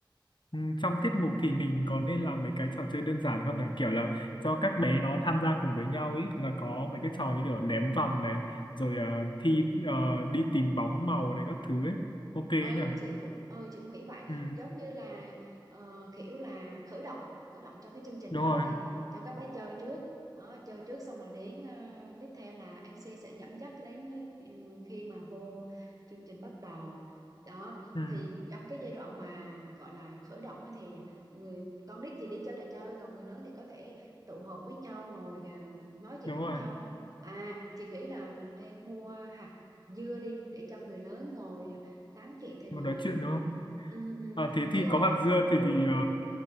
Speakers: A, on the left; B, on the right.
A: ừ, trong tiết mục thì mình có nên làm mấy cái trò chơi đơn giản không nhỉ kiểu là cho các bé nó tham gia cùng với nhau ấy là có mấy cái trò như kiểu ném vòng này rồi ờ, thi ờ, đi tìm bóng màu này các thứ ấy ok ấy
B: ừ
A: nhỉ
B: chị cũng ừ chị cũng nghĩ vậy
A: ừ
B: giống như là ờ, kiểu là khởi động khởi động cho cái chương trình
A: đúng
B: đó
A: rồi
B: thì cho các bé chơi trước đó, chơi trước xong rồi đến ờ, tiếp theo là MC sẽ dẫn dắt đến ờ, khi mà vô chương trình bắt đầu đó
A: Ừ,
B: thì trong cái giai đoạn mà gọi là khởi động á thì người con nít thì đi chơi đồ chơi còn người lớn thì có thể tụ họp với nhau ngồi ờ, nói chuyện
A: đúng
B: với
A: rồi,
B: nhau à chị nghĩ là mình nên mua hạt dưa đi để cho người lớn ngồi tám chị thì
A: một
B: ngồi
A: nói chuyện
B: à,
A: đúng không?
B: ừ, ừ,
A: À,
B: hạt
A: thế
B: dưa
A: thì
B: hoặc
A: có hạt
B: là hạt
A: dưa
B: hướng
A: thì
B: dương
A: thì ờ,